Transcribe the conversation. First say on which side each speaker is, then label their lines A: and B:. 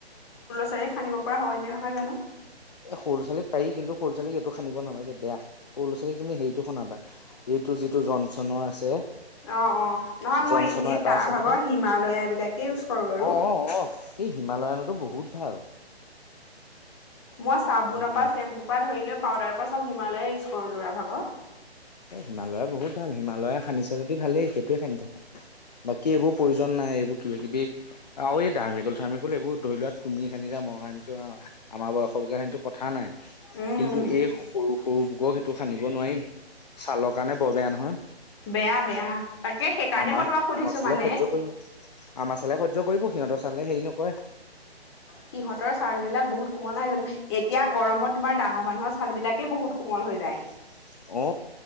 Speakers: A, on the left (about 25°); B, on the left (about 40°).
A: ডাইৰেক্ট সানিব পৰা হয়নে নহয় জানো?
B: এই স'ৰু লৰাোৱালীক পাৰি কিন্তু সৰু ছোৱালীক এইটো সানিব নালাগে বেয়া। সৰু লৰা- ছোৱালীক তুমি সেইটো সনাবা। যিটো যিটো জনচনৰ আছে।
A: অ অ নহয়
B: জনচনৰ
A: মই এনে
B: এটা
A: তাৰ
B: আছে
A: ভাগৰ
B: নহয়
A: হিমালয়া বিলাকে ইউজ কৰো বাৰু-
B: অ অ অ এই হিমালয়নাটো বহুত ভাল-
A: মই চাবোনৰ
B: না
A: পৰা চেম্পু পৰা ধৰি লৈ পাউদাৰৰ পৰা চ হিমালয়ে ইউজ কৰো লৰা ভাগৰ
B: এ হিমালয়ে বহুত ভাল হিমালয়ে সানিছে যদি ভালেই সেইটোৱে সানি থাকা। বাকী এইবোৰ প্ৰয়োজন নাই এইবোৰ কিবা কিবি আৰু এই ধাৰ্মিকল চাৰ্মিকল এইবোৰ ধৰি লোৱা তুমি সানিলা মই- ম সানচো আমাৰ বয়স লৈকে সনসো কথা নাই।
A: উম,
B: কিন্তু
A: উম,
B: এই সৰু, সৰু বোকক সেইটো সানিব নোৱাৰি ছালৰ কাৰণে বৰ বেয়া নহয়।
A: বেয়া বেয়া তাকে সেইকাৰণে
B: আমাৰ
A: মই তোমাক সুধিছো
B: আমাৰ চালে
A: মানে।
B: সহ্য কৰিব আমাৰ চালে সহ্য কৰিব সিহঁতৰ চালে হেৰি নকৰে।
A: সিহঁতৰ ছাললাক বহুত কোমল ন হয় জানো এতিয়া গৰমত তোমাৰ ডাঙৰ মানুহৰ ছাল বিলাকেই বহুত কোমল হৈ
B: <unintelligible>
A: যায়।
B: অ